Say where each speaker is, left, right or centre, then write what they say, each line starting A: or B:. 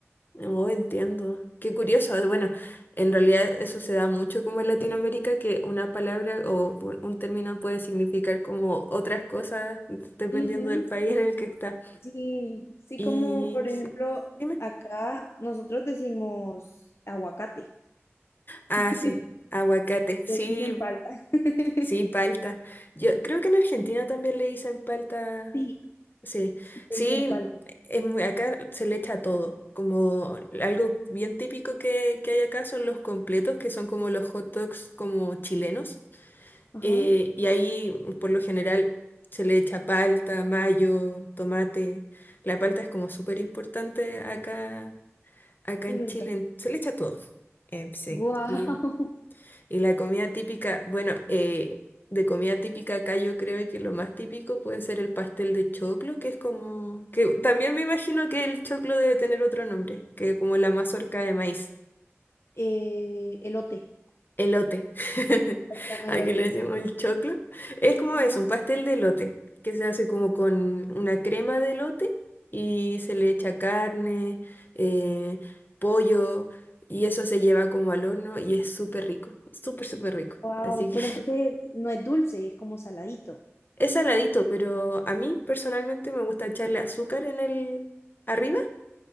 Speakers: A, on the left; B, on the left.
A: Oh, entiendo. Qué curioso. Bueno, en realidad eso se da mucho como en Latinoamérica, que una palabra o u- un término puede significar como otras cosas dependiendo
B: Ujú,
A: del país en el que está.
B: Sí, sí,
A: Y
B: como por
A: sí,
B: ejemplo,
A: dime.
B: acá nosotros decimos aguacate.
A: Ah,
B: <laughs>
A: sí, aguacate.
B: Ustedes
A: Sí,
B: dicen palta. <laughs>
A: sí, palta. Yo creo que en Argentina también le dicen palta.
B: Sí,
A: Sí,
B: sí, te
A: sí,
B: dicen palta.
A: es muy- acá se le echa todo. Como algo bien típico que, que hay acá son los completos, que son como los hot dogs como chilenos
B: Ajá,
A: Eh, y ahí, por lo general, se le echa palta, mayo, tomate. La palta es como súper importante acá, acá
B: de
A: en
B: verdad.
A: Chile. en- Se le echa todo. Eh, sí.
B: Guau.
A: Y, y la comida típica, bueno, eh, de comida típica acá yo creo que lo más típico puede ser el pastel de choclo, que es como, que también me imagino que el choclo debe tener otro nombre, que como la mazorca de maíz.
B: eh, elote.
A: Elote. <laughs>
B: Se llama
A: Aquí
B: elote.
A: le decimos el choclo. Es como
B: Ajá.
A: es, un pastel de elote, que se hace como con una crema de elote y se le echa carne, eh, pollo, y eso se lleva como al horno y es súper rico, súper, súper rico.
B: wow,
A: Así que
B: pero entonces no es dulce, es como saladito.
A: <laughs> es saladito, pero a mí personalmente me gusta echarle azúcar en el arriba